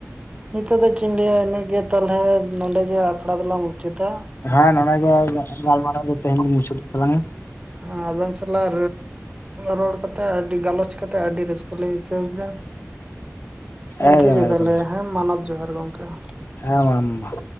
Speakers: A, on the right; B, on the left.
A: ᱱᱤᱛᱚᱜ ᱫᱚ ᱪᱮᱫ ᱞᱟ. ᱭᱟ ᱤᱱᱟᱹᱜ ᱜᱮ ᱛᱟᱞᱚᱞᱦᱮ ᱱᱚᱰᱮ ᱜᱮ ᱟᱠᱷᱲᱟ ᱫᱚᱞᱟᱝ ᱢᱩᱪᱟᱛᱟ ᱾
B: ᱦᱮᱸ ᱱᱚᱰᱮ ᱜᱮ ᱜᱟᱞᱢᱟᱨᱟᱣ ᱫᱚ ᱛᱮᱦᱮᱧ ᱫᱚᱧ ᱢᱩᱪᱟᱹᱫ ᱛᱞᱟᱝᱼᱟ᱾
A: ᱦᱮ ᱟᱵᱮᱱ ᱥᱟᱞᱟᱜ ᱨᱚᱲ ᱠᱟᱛᱮᱜ ᱟᱹᱰᱤ ᱜᱟᱞᱚᱪ ᱠᱟᱛᱮᱜ ᱟᱹᱰᱤ ᱨᱟᱹᱥᱠᱟᱹ ᱞᱮ ᱟᱹᱭᱠᱟᱹᱣ ᱠᱮᱫᱟ᱾ ᱤᱱᱠᱟᱹ
B: ᱮᱠᱫᱚᱢ
A: ᱜᱮ
B: ᱮᱠᱫᱚᱢ
A: ᱛᱟᱦᱞᱮ ᱦᱮᱸ ᱢᱟᱱᱚᱛ ᱡᱚᱦᱟᱨ ᱜᱚᱢᱠᱮ ᱾
B: ᱦᱮᱸ ᱢᱟ <inaudible>